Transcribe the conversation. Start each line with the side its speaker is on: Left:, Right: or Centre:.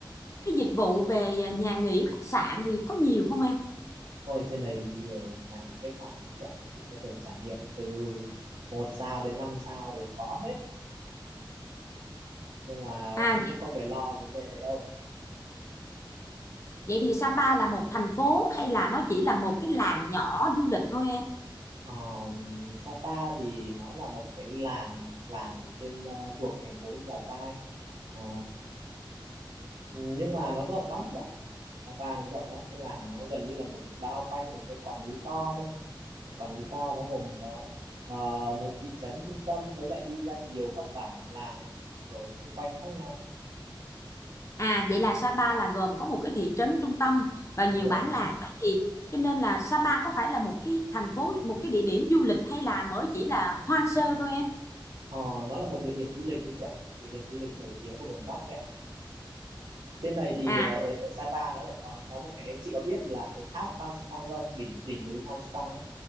Left: cái dịch vụ về nhà nghỉ khách sạn thì có nhiều không em
Right: ôi trên này thì nhiều nhà nghỉ khách sạn lắm chị ạ chị có thể trải nghiệm từ một sao đến 5 sao đều có hết nên là
Left: à
Right: chị cũng không phải lo vấn đề này đâu
Left: vậy thì Sapa là một thành phố hay là nó chỉ là một cái làng nhỏ du lịch thôi em
Right: Ờ, Sapa thì nó là một cái làng làng ở trên ờ, thuộc thành phố Lào Cai Ờ, nhưng mà nó rộng lắm chị ạ Sapa nó rộng lắm cái làng nó gần như là một bao quanh một cái quả núi to cơ một quả núi to nó gồm có ờ, một thị trấn trung tâm với lại đi ra nhiều các bản làng ở xung quanh khác nhau
Left: À vậy là Sapa là gồm có một cái thị trấn trung tâm và
Right: đúng
Left: nhiều
Right: rồi
Left: bản làng vậy thì cho nên là Sapa có phải là một cái thành phố một cái địa điểm du lịch hay là mới chỉ là hoang sơ thôi em?
Right: Ờ, nó là một địa điểm du lịch đấy chị ạ địa điểm du lịch nổi tiếng của miền Bắc đấy ạ trên này thì
Left: À
Right: ờ, ở ở Sapa nó lại còn có một cái chị có biết là cái tháp Phan Xipang không đỉnh đỉnh núi Phan Xipang ấy